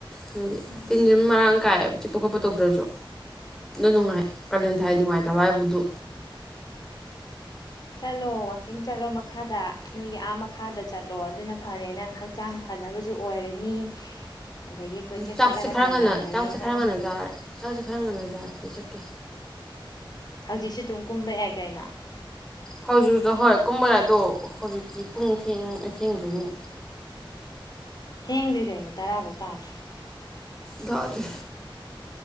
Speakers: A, in the centre; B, on the left (about 50°).
A: ꯈꯪꯗꯦ
B: ꯎꯝ
A: ꯇꯤꯟꯖꯨꯝ ꯃꯔꯥꯡ ꯀꯥꯏꯑꯕ ꯆꯤꯛꯄ ꯈꯣꯠꯄ ꯇꯧꯗ꯭ꯔꯁꯨ ꯅꯨꯡꯉꯥꯏ ꯀꯥꯂꯦꯟ ꯊꯥꯏ ꯅꯨꯡꯉꯥꯏꯇꯕ ꯍꯥꯏꯕꯗꯨ
B: ꯆꯠꯂꯣ ꯋꯥꯋꯥꯛꯀꯤꯡ ꯆꯠꯂꯣ ꯃꯈꯥꯗ ꯅꯣꯏꯒꯤ ꯑꯥ ꯃꯈꯥꯗ ꯆꯠꯂꯣ ꯑꯗꯨꯅ ꯐꯔꯦ ꯅꯪ ꯍꯛꯆꯥꯡ ꯐꯅꯕꯁꯨ ꯑꯣꯏꯔꯅꯤ ꯑꯗꯒꯤ ꯀꯣꯏꯆꯠ
A: ꯆꯥꯛꯁꯦ
B: ꯆꯠꯂꯒ
A: ꯈꯔ
B: ꯁꯥꯟꯅꯔꯕꯅꯤꯅ
A: ꯉꯟꯅ ꯆꯥꯛꯁꯦ ꯈꯔ ꯉꯟꯅ ꯆꯥꯛꯁꯦ ꯈꯔ ꯉꯟꯅ ꯖꯥꯔꯦ ꯁꯀꯦ
B: ꯍꯧꯖꯤꯛꯁꯨ ꯑꯗꯨꯝ ꯀꯨꯝꯕ ꯌꯥꯏ ꯀꯥꯏꯩꯅꯣ
A: ꯍꯧꯖꯤꯛꯣ ꯍꯣꯏ ꯀꯨꯝꯕꯗꯥꯏꯗꯣ ꯍꯧꯖꯤꯛꯇꯤ ꯄꯨꯡ ꯊꯦꯡꯗꯔꯤꯅꯦ
B: ꯊꯦꯡꯗ꯭ꯔꯤ ꯀꯩꯅꯣ ꯇꯔꯥꯐꯧ ꯇꯥꯗ꯭ꯔꯥ
A: ꯇꯥꯗꯔꯤ